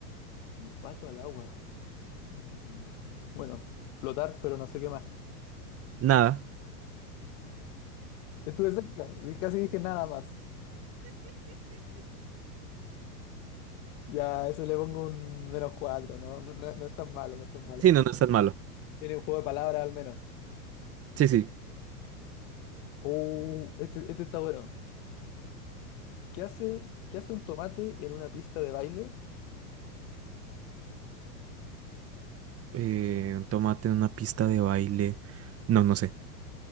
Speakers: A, on the left; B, on the right.
A: Un pato al agua. Mm, Bueno, flotar, pero no sé qué más.
B: Nada.
A: Estuve cerca. di- Casi dije nada más. Ya, a ese le pongo un menos cuatro ¿no? No, no- no es tan malo, no es tan malo.
B: Sí, no, no es tan malo.
A: Tiene un juego de palabras al menos.
B: Sí, sí.
A: Uh, este, este está bueno. ¿Qué hace, qué hace un tomate en una pista de baile?
B: Eh, un tomate en una pista de baile. No, no sé.